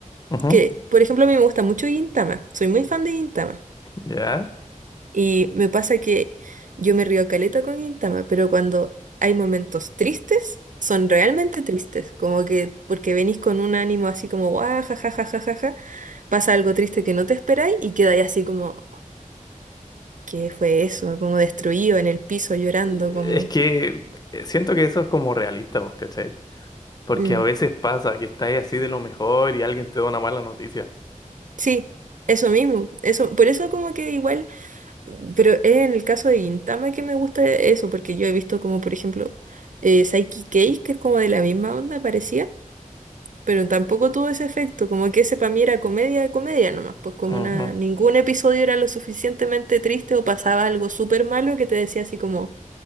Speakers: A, on the left; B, on the right.
A: ujú,
B: Que, por ejemplo, a mí me gusta mucho Gintama, soy muy fan de Gintama.
A: ya.
B: Y me pasa que yo me río caleta con Gintama, pero cuando hay momentos tristes, son realmente tristes. Como que porque venís con un ánimo así como, guau, ja, ja, ja, ja, ja, ja", pasa algo triste que no te esperáis y quedáis así como... ¿Qué fue eso? Como destruido en el piso llorando,
A: Es
B: como...
A: que siento que eso es como realista, ¿vos cachai? Porque
B: Mm.
A: a veces pasa que estás así de lo mejor y alguien te da una mala noticia.
B: Sí, eso mismo. Eso, por eso como que igual, pero es en el caso de Gintama que me gusta eso, porque yo he visto como, por ejemplo, eh, Psyche Case, que es como de la misma onda, parecía, pero tampoco tuvo ese efecto, como que ese para mí era comedia de comedia nomás, pues como
A: Ujú.
B: una... Ningún episodio era lo suficientemente triste o pasaba algo súper malo que te decía así como,